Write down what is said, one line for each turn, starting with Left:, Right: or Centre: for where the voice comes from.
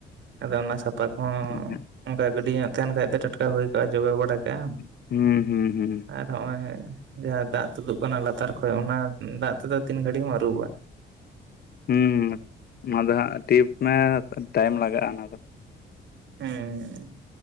Right: ᱟᱫᱚ ᱚᱱᱟ ᱥᱟᱯᱟ ᱠᱚᱦᱚᱸ
Left: ᱦᱩᱸ
Right: ᱚᱱᱠᱟ ᱜᱟᱹᱰᱤ ᱧᱚᱜ ᱛᱟᱦᱮᱱ ᱠᱷᱟ ᱫᱚ ᱴᱟᱴᱼᱼ ᱚᱱᱠᱟ ᱦᱩᱭ ᱠᱚᱜᱼᱟ ᱡᱚᱵᱮ ᱵᱟᱲᱟ ᱠᱮᱜᱽ ᱟᱢ
Left: ᱦᱩᱸ ᱦᱩᱸ ᱦᱩᱸ ᱦᱩᱸ
Right: ᱟᱨ ᱦᱚᱸᱜᱼᱚᱭ ᱡᱟᱦᱟᱸ ᱫᱟᱜ ᱛᱩᱫᱩᱜ ᱠᱟᱱᱟ ᱞᱟᱛᱟᱨ ᱠᱷᱚᱡ ᱚᱱᱟ ᱫᱟᱜ ᱛᱮᱫᱚ ᱛᱤᱱ ᱜᱷᱟᱹᱲᱤᱡ ᱮᱢ ᱟᱹᱩᱵᱟᱵᱟ
Left: ᱦᱮᱸ ᱚᱱᱟ ᱫᱚ ᱦᱟᱸᱜ ᱴᱤᱯ ᱢᱮ ᱴᱟᱭᱤᱢ ᱞᱟᱜᱟᱜᱼᱟ ᱚᱱᱟ ᱫᱚ
Right: ᱦᱮᱸ